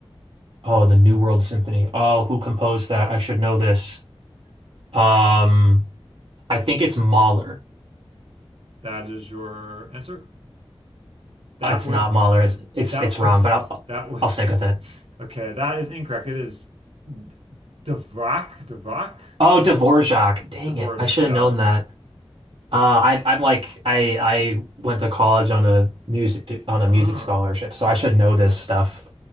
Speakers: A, on the right; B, on the right.
A: Oh, the New World Symphony. Oh, who composed that? I should know this. Um, I think it's Mahler.
B: That is your answer? That
A: It's
B: would
A: not Mahler. It's it's,
B: that
A: it's wrong, but
B: <laughs>
A: I'll
B: that would
A: I'll stick with it.
B: okay, that is incorrect. It is D- Dvorak, Dvorak,
A: Oh, Dvorak. Dang
B: Dvorak,
A: it. I should
B: yeah.
A: have known that. Uh, I I'm like I I went to college on a music on a
B: Ah,
A: music scholarship, so I should know this stuff.